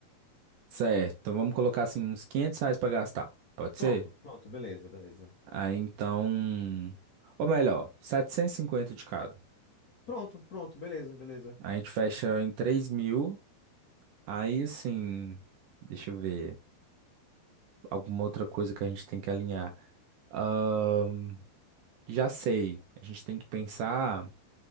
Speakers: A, on the right (about 75°); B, on the left (about 45°).
A: Certo, então vamos colocar assim uns 500 reais para gastar, pode
B: Pronto,
A: ser?
B: pronto, beleza, beleza.
A: Aí então, ou melhor, 750 de cada.
B: Pronto, pronto, beleza, beleza.
A: A gente fecha em três mil, aí assim, deixa eu ver, alguma outra coisa que a gente tem que alinhar. Ahn, já sei, a gente tem que pensar.